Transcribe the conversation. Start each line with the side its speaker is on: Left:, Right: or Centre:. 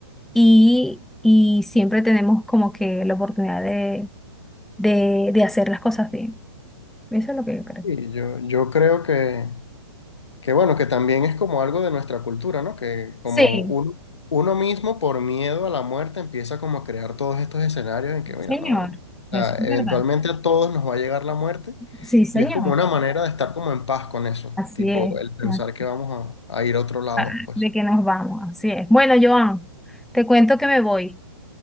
Centre: y, y siempre tenemos como que la oportunidad de, de, de hacer las cosas bien. Eso es lo que yo creo.
Left: Y yo, yo creo que, que, bueno, que también es como algo de nuestra cultura, ¿no? Que como
Centre: Sí,
Left: uno, uno mismo por miedo a la muerte empieza como a crear todos estos escenarios en que, mira,
Centre: señor,
Left: no, o sea,
Centre: eso
Left: eventualmente
Centre: es verdad.
Left: a todos nos va a llegar la muerte
Centre: Sí, señor.
Left: y es como una manera de estar como en paz con eso,
Centre: Así
Left: tipo
Centre: es.
Left: el pensar
Centre: así
Left: que
Centre: es.
Left: vamos a, a ir a otro lado
Centre: Ah,
Left: después.
Centre: De que nos vamos, así es. Bueno, Joan, te cuento que me voy,